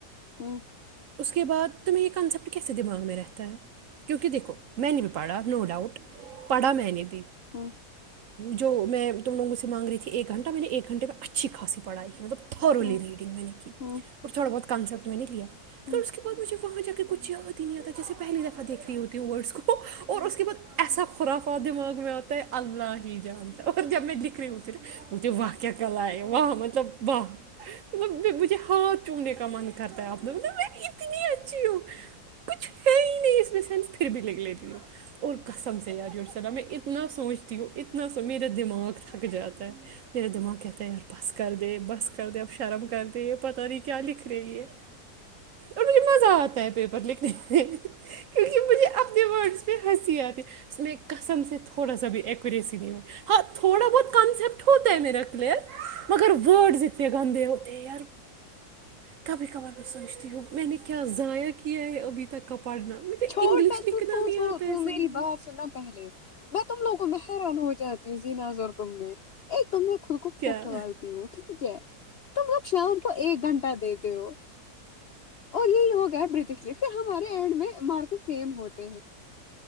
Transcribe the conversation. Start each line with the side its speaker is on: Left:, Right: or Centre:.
Left: ہوں <unintelligible>
Right: اس کے بعد تمہیں یہ کنسیپٹ کیسے دماغ میں رہتا ہے کیونکہ دیکھو میں نے بھی پڑھا نو ڈاؤٹ پڑھا میں نے بھی
Left: ہوں <unintelligible>
Right: جو <unintelligible> میں تم لوگوں سے مانگ رہی تھی ایک گھٹہ میں نے ایک گھنے میں اچھی خای پڑھائی ہے مطلب تھرولی
Left: ہوں
Right: ریڈنگ میں نے کی
Left: ہوں
Right: اور تھوڑا بہت کانسپٹ میں نے لیا
Left: ہوں
Right: پ اس کے بعد مجھے <unintelligible> وہاں جا کے کچھ یاد ہی نہیں آتا جسے پہلیفع دیکھ رہ ہوتیوں ورڈس کو اور اس کے بعد ایسا ہو خرافا دماغ میںتے اللہ ہی جاند اور جب میں لکھ رہی ہوںر مے واہ کیا کل ہے واہ مطلب واہ مب مجھے ہاتھ چومنے کا من کرتا ہے آپ نے مب اتنی اچھی ہوں کچھ ہے ہی نہیں اس میں سین پھر بھی لکھ لیتی ہوں اور کسم سے یاری میں اتنا سوچتی ہوں اتنا سمیر دماغ تھک جات میرا دماغ کہتا ہے یار بس کر دے بس <unintelligible> کرتے اب شرم کرتے پتا نہیں کیا لکھ رہی ہے اور مجھے مزہ آتا ہے پیپر لکھنے میں کیونکہ مجھے اپنےورڈ پہ ہنسی آ ہے میں کسم سے تھوڑا سا بھی ایکوریسی نہیں <unintelligible> ہاں تھوڑا بہت کنسپٹ ہوتا ہے میرا کلیئر مگر ورڈز اتنے گندے ہوتے ہیں یار کبھی کبار میں سوچتی ہوں میں نے کیا ضائع کیا ہے ابھی تک <unintelligible> مجھے
Left: چھوڑنا
Right: انگلش لکھنا
Left: تو
Right: نہیں آتا ایسے
Left: تو میری
Right: ہوں
Left: بات سننا پہلے میں تم لوگوں میں <unintelligible> حیران ہو جاتی ہوں زینز <unintelligible> گ ایک <unintelligible> میں خود کو
Right: کیا
Left: پٹوالتی ہوں ٹھیک ہے تم لوگ شام کو ایک گھنٹہ دیتے ہو اور یہی ہو گیا برٹش لی پھر ہمارے اینڈ میں <unintelligible> مارک سیم ہوتے ہیں <unintelligible>